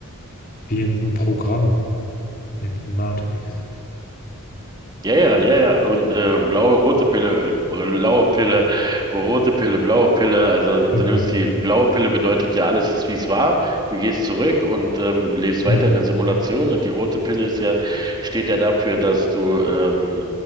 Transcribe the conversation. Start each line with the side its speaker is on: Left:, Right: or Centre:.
Left: wie eben ein Programm, eben die Matrix.
Right: Ja, ja, ja, ja. Und äh, blaue, rote Pille, äh, blaue Pille, rote Pille, blaue Pille. Also
Left: Genau.
Right: du nimmst die blaue Pille bedeutet ja, alles ist wie es war. Du gehst zurück und ähm, lebst weiter
Left: Mhm.
Right: in der Simulation. Und die rote Pille ist ja, steht ja dafür, dass du ähm,